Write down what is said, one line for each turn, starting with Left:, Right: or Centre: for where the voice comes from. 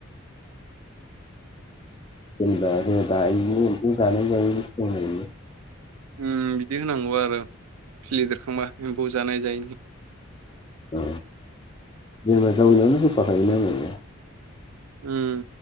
Left: जेन'बा रोदायैनो एमफौ जानाय जायो हनै
Right: उम बिदि होनांगौ आरो खिलिबेरखांबा एम्फौ जानाय जायैनि
Left: अ जेन'बा जावैनायावनो होफाखायो नामा <unintelligible>
Right: उम